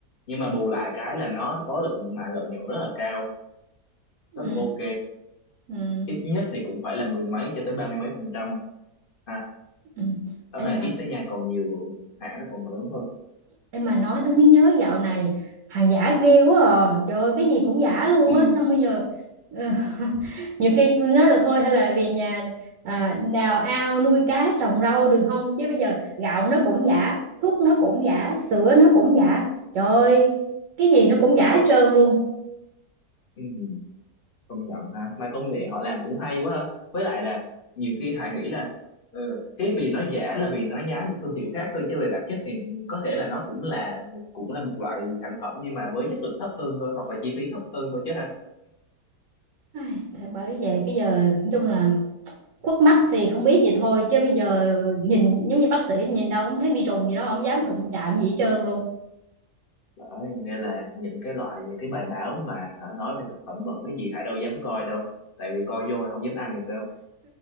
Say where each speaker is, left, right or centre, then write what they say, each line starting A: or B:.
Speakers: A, on the left; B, on the right.
A: nhưng mà bù lại cái là nó có lượng mà lợi nhuận rất là cao
B: ừ,
A: rất ok
B: ừ,
A: ít nhất thì cũng phải là mười mấy cho tới ba mươi mấy phần trăm ha
B: ừ.
A: đó
B: em
A: là
B: mà
A: ít đó nha còn nhiều hãng nó còn lớn hơn
B: em mà nói tôi mới nhớ dạo này hàng giả ghê quá à trời ơi, cái gì cũng giả luôn
A: ừ.
B: á xong bây giờ ờ, <laughs> nhiều khi tôi nói là thôi hay là về nhà à, đào ao nuôi cá trồng rau được không chứ bây giờ gạo nó cũng giả thuốc nó cũng giả sữa nó cũng giả trời ơi, cái gì nó cũng giả hết trơn luôn
A: Ừ. Ừ. công nhận ha mà công nghệ họ làm cũng hay quá ha với lại là nhiều khi Hải nghĩ là ờ, cái vì nó giả là vì nó nhái một thương hiệu khác thôi chứ về bản chất thì có thể là nó cũng là cũng là một loại sản phẩm nhưng mà với chất lượng thấp hơn thôi hoặc là chi phí thấp hơn thôi chứ ha
B: Ai, Thật bởi vậy cái giờ nói chung là quất mắt thì không biết gì thôi chứ bây giờ nhìn giống như bác sĩ nhìn đâu cũng thấy vi trùng gì đó không dám đụng chạm gì hết trơn luôn
A: Đấy, nên là những cái loại những cái bài báo mà hả, nói về thực phẩm bẩn cái gì Hải đâu dám coi đâu tại vì coi vô là không dám ăn thì sao